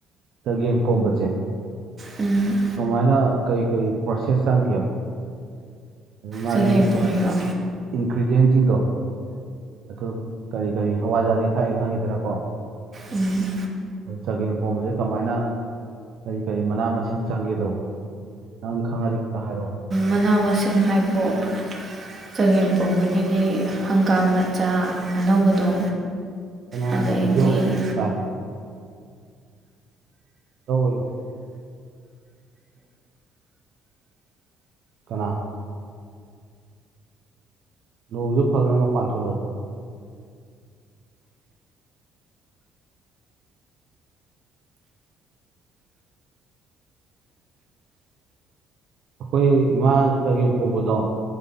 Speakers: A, on the right (about 65°); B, on the right (about 35°).
A: ꯆꯒꯦꯝꯄꯣꯝꯕꯖꯦ
B: ꯎꯝ
A: ꯀꯃꯥꯏꯅ ꯀꯩ ꯀꯩ ꯄ꯭ꯔꯣꯁꯦꯁ ꯆꯪꯒꯦꯕ ꯑꯗꯨ ꯃꯥꯒꯤ
B: ꯆꯒꯦꯝ ꯄꯣꯝꯕ꯭ꯔꯣ
A: ꯏꯟꯒ꯭ꯔꯤꯗ꯭ꯌꯦꯟꯁꯤꯡꯗꯣ ꯑꯗꯨ ꯀꯔꯤ ꯀꯔꯤ ꯍꯋꯥꯢꯖꯥꯔꯗꯤ ꯊꯥꯛꯋꯤ ꯈꯪꯉꯤꯗꯅ ꯀꯣ
B: ꯎꯝ
A: ꯑꯗꯨ ꯆꯥꯒꯦꯝ ꯄꯣꯝꯕꯁꯤ ꯀꯃꯥꯏꯅ ꯀꯔꯤ ꯀꯔꯤ ꯃꯅꯥ ꯃꯁꯤꯡ ꯆꯪꯒꯦꯗꯣ ꯅꯪ ꯈꯪꯉꯗꯤ ꯈꯤꯇ ꯍꯥꯏꯔꯛꯑꯣ
B: ꯃꯅꯥ ꯃꯁꯤꯡ ꯍꯥꯏꯕꯨ ꯆꯒꯦꯝ ꯄꯣꯝꯕꯒꯤꯗꯤ ꯍꯪꯒꯥꯝ ꯃꯆꯥ ꯑꯅꯧꯕꯗꯣ
A: ꯀꯅꯥꯅꯣ
B: ꯑꯗꯩꯗꯤ
A: ꯚꯤꯗꯤꯑꯣ ꯃꯗꯣꯜ ꯇꯥꯏ ꯂꯧ <unintelligible> ꯑꯣꯏꯌꯣ ꯀꯅꯥ ꯅꯣꯡꯖꯨ ꯐꯥꯈ꯭ꯔꯦ ꯃꯄꯥꯜ ꯊꯣꯛꯂꯛꯑꯣ ꯑꯩꯈꯣꯏ ꯏꯃꯥ ꯆꯒꯦꯝ ꯄꯣꯝꯕꯗꯣ